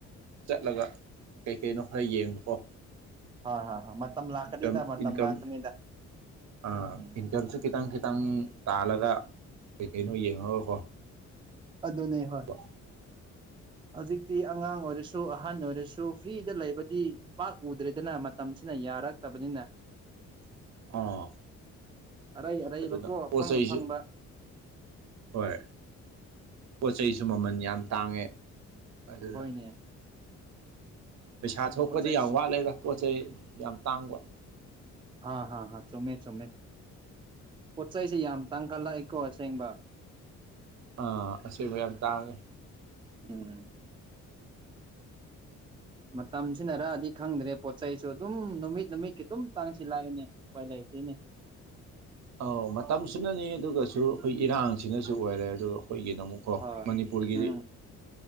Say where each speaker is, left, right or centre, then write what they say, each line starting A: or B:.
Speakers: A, on the right; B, on the right.
A: ꯆꯠꯂꯒ ꯀꯩ ꯀꯩꯅꯣ ꯈꯔ ꯌꯦꯡꯕꯀꯣ
B: ꯍꯣꯏ ꯍꯣꯏ ꯍꯣꯏ ꯃꯇꯝ ꯂꯥꯛꯀꯅꯤꯗ
A: ꯏꯟꯀꯝ
B: ꯃꯇꯝ
A: ꯏꯟꯀꯝ
B: ꯂꯥꯛꯀꯅꯤꯗ
A: ꯑ
B: ꯎꯝ
A: ꯏꯟꯀꯝꯁꯨ ꯈꯤꯇꯪ ꯈꯤꯇꯪ ꯇꯥꯜꯂꯒ ꯀꯩ ꯀꯩꯅꯣ ꯌꯦꯡꯉꯒꯀꯣ
B: ꯑꯗꯨꯅꯦ
A: ꯇꯧꯕ
B: ꯍꯣꯏ ꯍꯧꯖꯤꯛꯇꯤ ꯑꯉꯥꯡ ꯑꯣꯏꯔꯁꯨ ꯑꯍꯟ ꯑꯣꯏꯔꯁꯨ ꯐ꯭ꯔꯤꯗ ꯂꯩꯕꯗꯤ ꯄꯥꯛ ꯎꯗ꯭ꯔꯦꯗꯅ ꯃꯇꯝꯁꯤꯅ ꯌꯥꯔꯛꯇꯕꯅꯤꯅ
A: ꯑꯥ
B: ꯑꯔꯩ ꯑꯔꯩꯕꯀꯣ
A: ꯑꯗꯨꯅ
B: ꯑꯐꯪ
A: ꯄꯣꯠ ꯆꯩꯁꯨ
B: ꯑꯐꯪꯕ
A: ꯍꯣꯏ ꯄꯣꯠ ꯆꯩꯩꯁꯨ ꯃꯃꯜ ꯌꯥꯝ ꯇꯥꯡꯉꯦ ꯑꯗꯨꯅ
B: ꯍꯣꯏꯅꯦ
A: ꯄꯩꯁꯥ ꯊꯣꯛꯄꯗꯤ
B: ꯄꯣꯠ ꯆꯩꯁꯨ
A: ꯌꯥꯝ ꯋꯥꯠꯂꯩꯗ ꯄꯣꯠ ꯆꯩ ꯌꯥꯝ ꯇꯥꯡꯕ
B: ꯍꯥꯥ ꯍꯥ ꯍꯥ ꯆꯨꯝꯃꯦ ꯆꯨꯝꯃꯦ ꯄꯣꯠ ꯆꯩꯁꯦ ꯌꯥꯝ ꯇꯥꯡꯈꯠꯂꯛꯏꯀꯣ ꯑꯁꯦꯡꯕ
A: ꯑꯥ ꯑꯁꯦꯡꯕ ꯌꯥꯝ ꯇꯥꯡꯉꯦ
B: ꯎꯝ ꯃꯇꯝꯁꯤꯅꯔꯑꯗꯤ ꯈꯪꯗ꯭ꯔꯦ ꯄꯣꯠ ꯆꯩꯁꯨ ꯑꯗꯨꯝ ꯅꯨꯃꯤꯠ ꯅꯨꯃꯤꯠꯀꯤ ꯑꯗꯨꯝ ꯇꯥꯡꯁꯤꯜꯂꯥꯛꯏꯅꯦ ꯎꯄꯥꯏ ꯂꯩꯇꯦꯅꯦ
A: ꯑꯧ ꯃꯇꯝꯁꯨꯅꯅꯤ ꯑꯗꯨꯒꯁꯨ ꯑꯩꯈꯣꯏ ꯏꯔꯥꯡꯁꯤꯅꯁꯨ ꯑꯣꯏꯔꯦ ꯑꯗꯨꯒ ꯑꯩꯈꯣꯏꯒꯤꯅ ꯑꯃꯨꯛ ꯀꯣ
B: ꯍꯣꯏ
A: ꯃꯅꯤꯄꯨꯔꯒꯤꯗꯤ
B: ꯎꯝ